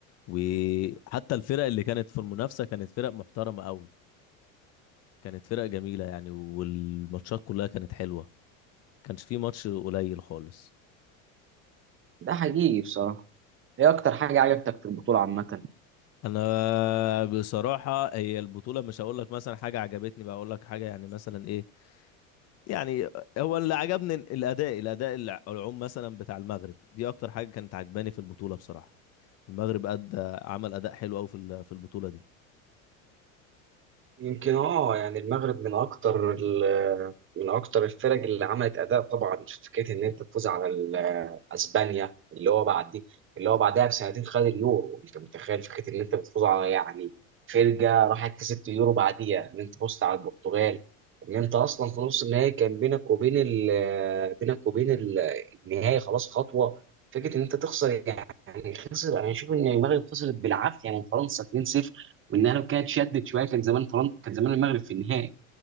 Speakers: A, on the left (about 40°); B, on the right (about 30°).
A: وحتى الفرق اللي كانت في المنافسة كانت فرق محترمة قوي كانت فرق جميلة يعني والماتشات كلها كانت حلوة كانش في ماتش قليل خالص
B: ده حقيقي بصراحه ايه اكتر حاجه عجبتك في البطوله عامه
A: انا بصراحة هي البطولة مش هقول لك مثلا حاجة عجبتني بقى اقول لك حاجة يعني مثلا ايه يعني هو اللي عجبني الاداء الاداء الع- العم مثلا بتاع المغرب دي اكتر حاجة كانت عجباني في البطولة بصراحة المغرب أدى عمل أداء حلو أوي في ال- في البطولة دي
B: يمكن اه يعني المغرب من اكتر ال- من اكتر الفرق اللي عملت اداء طبعا في فكره ان انت تفوز على ال- اسبانيا اللي هو بعد دي اللي هو بعدها بسنتين خد اليورو انت متخيل فكره ان انت بتفوز على يعني فرقه راحت كسبت اليورو بعديها ان انت فزت على البرتغال ان انت اصلا في نص النهائي كان بينك وبين ال- بينك وبين ال- النهائي خلاص خطوه فكره ان انت تخسر يعني خسر انا اشوف ان المغرب خسرت بالعافيه من فرنسا 2-0 وانها لو كانت شدت شويه كان زمان فرنسا كان زمان المغرب في النهائي